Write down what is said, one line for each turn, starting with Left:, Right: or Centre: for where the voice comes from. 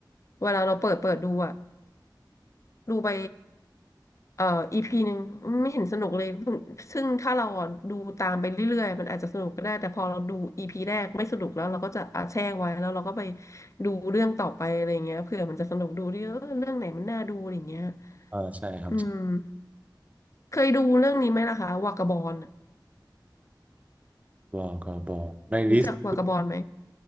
Left: เวลาเราเปิดเปิดดูอะ ดูไปเอ่ออีพีหนึ่งไม่เห็นสนุกเลยซึ่งซึ่งถ้าเราอ่ะดูตามไปเรื่อยๆมันอาจจะสนุกก็ได้แต่พอเราดูอีพีแรกไม่สนุกแล้วเราก็จะอาแช่ไว้แล้วเราก็ไปดูเรื่องต่อไปอะไรเงี้ยเผื่อมันจะสนุกดูดิเออเรื่องไหนมันน่าดูอะไรเงี้ย
Right: อ่าใช่ครับ
Left: อืมเคยดูเรื่องนี้ไหมล่ะคะวากาบอล
Right: บอกก็บอกในลิสต์
Left: รู้จักวากาบอลไหม